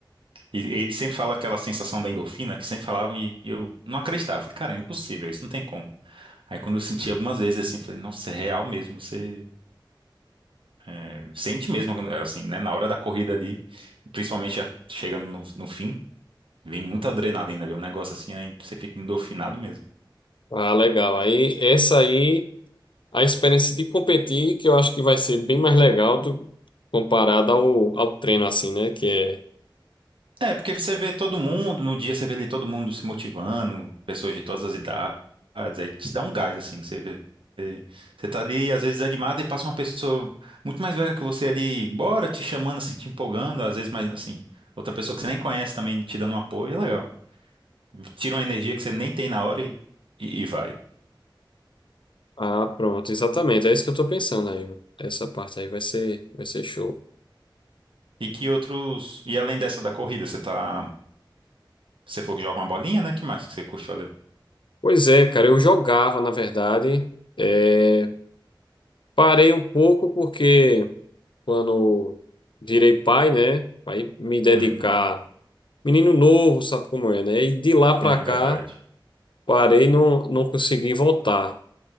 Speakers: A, on the right; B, on the left.
A: E ele sempre fala aquela sensação da endorfina que sempre falavam e eu não acreditava. Falei, cara, é impossível, isso não tem como. Aí quando eu senti algumas vezes assim, falei, nossa, é real mesmo, você é, sente mesmo, assim, né? Na hora da corrida ali, principalmente já chegando no, no fim, Vem muita adrenalina, vem um negócio assim, aí você fica endorfinado mesmo.
B: Ah, legal. Aí, essa aí, a experiência de competir, que eu acho que vai ser bem mais legal do, comparada ao, ao treino, assim, né? Que é.
A: É, porque você vê todo mundo, no dia você vê ali todo mundo se motivando, pessoas de todas as idades, aí te dá um gás, assim, que você vê. Você tá ali, às vezes, animado e passa uma pessoa muito mais velha que você ali, bora, te chamando, assim, te empolgando, às vezes, mais assim, outra pessoa que você nem conhece também te dando um apoio, é legal. Tira uma energia que você nem tem na hora e, e, e vai.
B: Ah, pronto, exatamente. É isso que eu tô pensando aí. Essa parte aí vai ser, vai ser show.
A: E que outros. E além dessa da corrida, você tá. Você falou que joga uma bolinha, né? Que mais que você curte fazer?
B: Pois é, cara, eu jogava, na verdade. É, parei um pouco porque quando virei pai, né? Aí me dedicar.
A: Uhum.
B: Menino novo, sabe como é, né? E de lá pra
A: É
B: cá,
A: verdade.
B: parei não, não consegui voltar.